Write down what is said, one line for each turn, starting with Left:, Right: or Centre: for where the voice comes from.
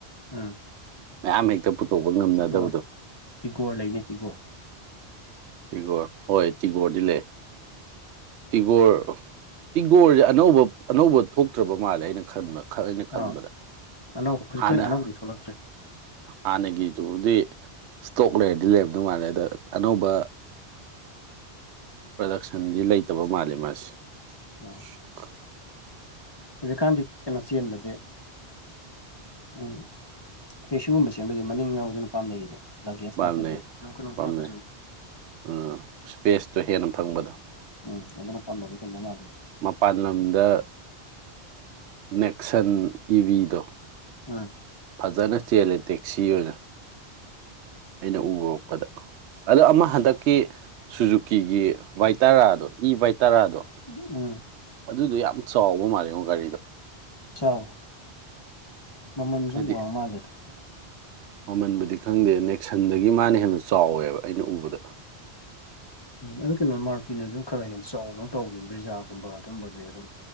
Left: ꯎꯝ
Right: ꯃꯌꯥꯝ ꯍꯦꯛꯇ ꯄꯨꯊꯣꯛꯄ ꯉꯝꯅꯗꯕꯗꯣ
Left: ꯑꯣ ꯇꯤꯒꯣꯔ ꯂꯩꯅꯦ ꯇꯤꯒꯣꯔ
Right: ꯇꯤꯒꯣꯔ ꯍꯣꯏ ꯇꯤꯒꯣꯔꯗꯤ ꯂꯩ ꯇꯤꯒꯣꯔ ꯇꯤꯒꯣꯔꯁꯦ ꯑꯅꯧꯕ ꯑꯅꯧꯕ ꯊꯣꯛꯇ꯭ꯔꯕ ꯃꯥꯜꯂꯦ ꯑꯩꯅ ꯈꯕ ꯈ ꯑꯩꯅ ꯈꯪꯕꯗ
Left: ꯑꯥ ꯑꯅꯧ ꯍꯧꯖꯤꯛꯀꯤ
Right: ꯍꯥꯟꯅ
Left: ꯑꯣꯏꯅ ꯑꯅꯧꯕꯗꯤ ꯊꯣꯛꯂꯛꯇ꯭ꯔꯦ
Right: ꯍꯥꯟꯅꯒꯤ ꯑꯗꯨꯕꯨꯗꯤ ꯏꯁꯇꯣꯛ ꯂꯩꯔꯗꯤ ꯂꯩꯔꯝꯗꯧ ꯃꯥꯜꯂꯦ ꯑꯗ ꯑꯅꯧꯕ ꯄ꯭ꯔꯗꯛꯁꯟꯗꯤ ꯂꯩꯇꯕ ꯃꯥꯜꯂꯤ ꯃꯥꯁꯦ
Left: <unintelligible>
Right: <inaudible>
Left: ꯍꯧꯖꯤꯛꯀꯥꯟꯗꯤ ꯀꯩꯅꯣ ꯆꯦꯟꯕꯁꯦ <unintelligible> ꯁꯤꯒꯨꯝꯕꯁꯕꯗꯤ ꯃꯅꯤꯡ ꯌꯥꯎꯗꯅ ꯄꯥꯝꯅꯩꯌꯦꯕ ꯂꯒꯦꯁ
Right: ꯄꯥꯝꯅꯩ
Left: ꯍꯥꯞꯄꯁꯨ ꯀꯩꯅꯣ ꯀꯩꯅꯣꯝ
Right: ꯄꯥꯝꯅꯩ
Left: ꯍꯥꯞꯄꯁꯨꯨ
Right: ꯎꯝ ꯏꯁꯄꯦꯁꯇꯣ ꯍꯦꯟꯅ ꯐꯪꯕꯗꯣ
Left: ꯎꯝ ꯑꯗꯨꯅ ꯄꯥꯝꯕꯒ ꯍꯦꯟꯕ ꯃꯥꯜꯂꯦ
Right: ꯃꯄꯥꯟ ꯂꯝꯗ ꯅꯦꯛꯁꯟ ꯏꯕꯤꯗꯣ
Left: ꯎꯝ
Right: ꯐꯖꯅ ꯆꯦꯜꯂꯦ ꯇꯦꯛꯁꯤ ꯑꯣꯏꯅ ꯑꯩꯅ ꯎꯔꯛꯄꯗ ꯑꯗꯣ ꯑꯃ ꯍꯟꯗꯛꯀꯤ ꯁꯨꯖꯨꯀꯤꯒꯤ ꯚꯏ ꯇꯔꯥꯗꯣ ꯏ ꯚꯏ ꯇꯔꯥꯗꯣ
Left: <unintelligible>
Right: ꯑꯗꯨꯗꯣ ꯌꯥꯝ ꯆꯥꯎꯕ ꯃꯥꯜꯂꯤꯉꯣ ꯒꯥꯔꯤꯗꯣ
Left: ꯆꯥꯎ ꯃꯃꯜꯁꯨ
Right: ꯍꯥꯏꯗꯤ
Left: ꯋꯥ ꯃꯥꯜꯂꯦ ꯊ
Right: ꯃꯃꯟꯕꯨꯗꯤ ꯈꯪꯗꯦ ꯅꯦꯛꯁꯟꯗꯒꯤ ꯃꯥꯅ ꯍꯦꯟꯅ ꯆꯥꯎꯋꯦꯕ ꯑꯩꯅ ꯎꯕꯗ
Left: ꯑꯗꯨ ꯀꯩꯅꯣ ꯃꯥꯔꯀꯤꯟ ꯑꯗꯨ ꯈꯔ ꯍꯦꯟꯅ ꯆꯥꯎꯅ ꯇꯧꯕꯅꯦ ꯕ꯭ꯔꯤꯖꯥꯒꯨꯝꯕ ꯑꯗꯨꯝꯕꯁꯦ ꯑꯗꯨꯝ